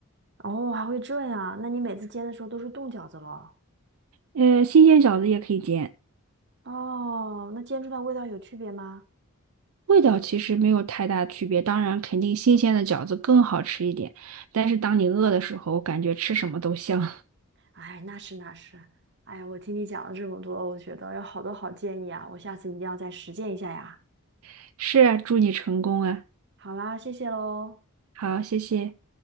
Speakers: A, on the right; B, on the right.
A: 哦，还会这样啊？那你每次煎的时候都是冻饺子咯？
B: 呃，新鲜饺子也可以煎，
A: 哦，那煎出来味道有区别吗？
B: 味道其实没有太大区别，当然肯定新鲜的饺子更好吃一点，但是当你饿的时候，感觉吃什么都香。
A: 哎，那是那是，哎，我听你讲了这么多，我觉得有好多好建议啊，我下次一定要再实践一下呀。
B: <laughs> 是啊，祝你成功啊！
A: 好啦，谢谢喽。
B: 好，谢谢。